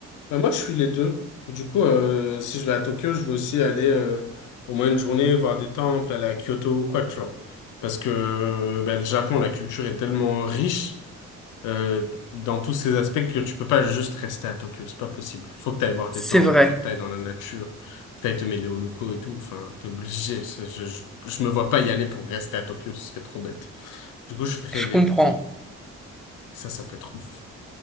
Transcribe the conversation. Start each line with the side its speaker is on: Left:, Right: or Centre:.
Left: Bah, moi, je suis les deux. Du coup, euh, si je vais à Tokyo, je vais aussi aller euh, au moins une journée voir des temples, aller à Kyoto ou quoi, tu vois. Parce que euh, bah, le Japon, la culture est tellement riche euh, dans tous ces aspects que tu peux pas juste rester à Tokyo. C'est pas possible. Faut que tu ailles voir des
Centre: C'est
Left: temples,
Centre: vrai.
Left: faut que tu ailles dans la nature, faut que tu ailles te mêler aux locaux et tout. Enfin, t'es obligé. C'est- Je, je, je me vois pas y aller pour rester à Tokyo, ce serait trop bête. Du coup, je ferai
Centre: Je
Left: les
Centre: comprends.
Left: deux. Ça, ça peut être ouf.